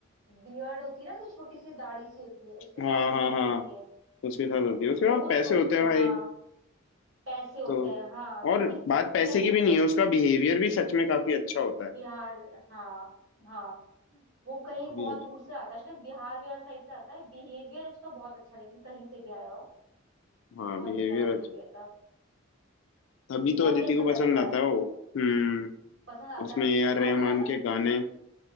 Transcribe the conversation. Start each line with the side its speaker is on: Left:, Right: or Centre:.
Right: बियर्ड होती है ना जो छोटी सी दाढ़ी सी होती है उसके
Left: हाँ
Right: साथ वो
Left: हाँ
Right: सेट
Left: हाँ
Right: होती
Left: तो
Right: है
Left: उसके साथ होती है उसके
Right: तो
Left: बाद
Right: वो
Left: पैसे
Right: सोच
Left: होते
Right: के
Left: हैं भाई
Right: हाँ पैसे होते
Left: तो
Right: हैं हाँ क्योंकि
Left: और बात पैसे
Right: चाहिए
Left: की भी
Right: भाई
Left: नहीं है उसका बिहेवियर भी सच में काफी अच्छा होता है
Right: बिहार हाँ हाँ वो कहीं
Left: बिहेवियर
Right: बहुत दूर से आता है शायद बिहार बिहार साइड से आता है बिहेवियर उसका बहुत अच्छा है, लेकिन कहीं से भी आया हो
Left: हाँ
Right: बहुत
Left: बिहेवियर
Right: ही प्यारा बिहेवियर
Left: अच्छा
Right: था
Left: तभी तो
Right: बहुत
Left: अदिति
Right: ही अच्छा
Left: को पसंद
Right: दर्शाया
Left: आता है
Right: है
Left: वो हम्म
Right: पसंद आता
Left: उसमें
Right: है
Left: ए आर
Right: आपको
Left: रहमान
Right: याद है
Left: के
Right: उसकी
Left: गाने